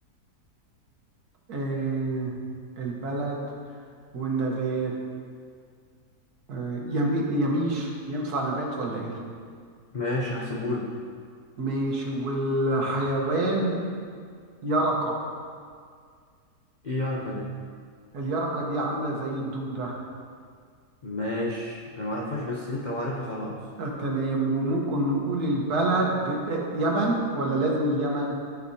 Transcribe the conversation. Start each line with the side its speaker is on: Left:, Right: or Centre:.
Right: آه، البلد والنبات آه، يمي يميش ينفع نبات ولا ايه؟
Left: ماشي هحسبهولك
Right: ماشي والحيوان يرقة
Left: ايه يا رقا ده
Right: اليرقة دي عاملة زي الدودة
Left: ماشي انا معرفهاش بس انت لو عارفها خلاص
Right: آه، تمام وممكن نقول البلد آه، يمن ولا لازم اليمن؟